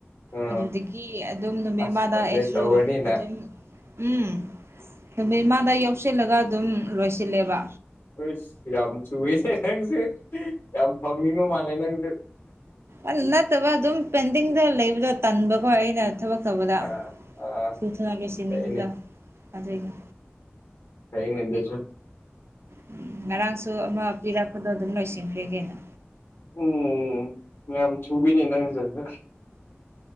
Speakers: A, on the left (about 60°); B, on the right (about 70°).
A: ꯑ
B: ꯑꯗꯨꯗꯒꯤ ꯑꯗꯨꯝ ꯅꯨꯃꯤꯠꯃꯥꯗ
A: ꯑꯁ ꯑꯗꯨꯗꯩ
B: ꯑꯩꯁꯨ
A: ꯇꯧꯔꯅꯤꯅ
B: ꯑꯗꯨꯝ ꯎꯝ ꯅꯨꯃꯤꯠꯃꯥꯗ ꯌꯧꯁꯤꯜꯂꯒ ꯑꯗꯨꯝ ꯂꯣꯏꯁꯤꯜꯂꯦꯕ
A: ꯍꯨꯏꯁ ꯌꯥꯝ ꯊꯨꯏꯍ‌ꯦ ꯅꯪꯁ‌ꯦ ꯌꯥꯝ ꯐꯪꯅꯤꯡꯕ ꯃꯥꯜꯂꯦ ꯅꯪꯁꯨ
B: ꯑꯗꯨ ꯅꯠꯇꯕ ꯑꯗꯨꯝ ꯄꯦꯟꯗꯤꯡꯗ ꯂꯩꯕꯗꯣ ꯇꯟꯕꯀꯣ ꯑꯩꯅ ꯊꯕꯛ ꯇꯧꯕꯗ
A: ꯑ ꯑ
B: ꯊꯨꯊꯨꯅ ꯂꯣꯢꯁꯤꯟꯅꯤꯡꯕꯗꯣ
A: ꯆꯠꯏꯅꯦ
B: ꯑꯗꯨꯏꯅꯤ
A: ꯐꯩꯅ‌ꯦ ꯗꯨꯁꯨ
B: ꯎꯝ ꯉꯔꯥꯡꯁꯨ ꯑꯃ ꯄꯤꯔꯛꯄꯗꯣ ꯑꯗꯨꯝ ꯂꯣꯏꯁꯤꯟꯈ꯭ꯔꯦ ꯀꯩꯅꯣ
A: ꯎꯝ ꯌꯥꯝ ꯊꯨꯏꯅꯦ ꯅꯪꯖ‌ꯦ